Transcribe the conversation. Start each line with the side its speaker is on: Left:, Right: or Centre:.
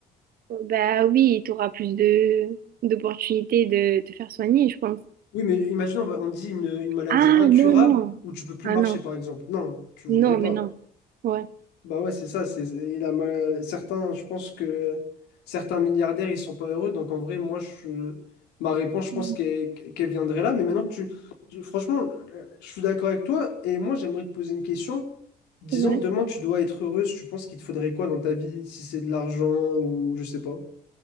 Right: Bah oui, tu auras plus de d'opportunités de te faire soigner, je pense.
Left: Oui, mais imagine, on va- on dit une, une maladie
Right: Ah
Left: incurable
Right: non, non.
Left: où tu peux plus
Right: Ah
Left: marcher,
Right: non.
Left: par exemple. Non, tu voudrais
Right: Non,
Left: pas.
Right: mais non. Ouais.
Left: Bah ouais, c'est ça. C'est, il a mal- certains, je pense que certains milliardaires, ils sont pas heureux. Donc en vrai, moi, je, ma réponse, je pense
Right: Mm.
Left: qu'elle qu'elle viendrait là. Mais maintenant que tu, tu- franchement, euh, je suis d'accord avec toi. Et moi, j'aimerais te poser une question. Disons,
Right: Ouais.
Left: demain, tu dois être heureuse. Tu penses qu'il te faudrait quoi dans ta vie? Si c'est de l'argent ou je sais pas.